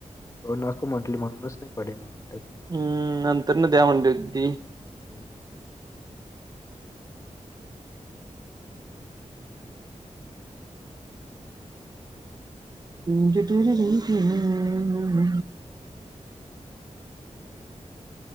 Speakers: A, on the left; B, on the right.
A: हो नको म्हटले, म्हणूनच नाही पडे ना त्या.
B: हम्म, नंतर न द्या म्हणली होती ती.
A: हम्म.
B: ती स्टोरी नाही <inaudible>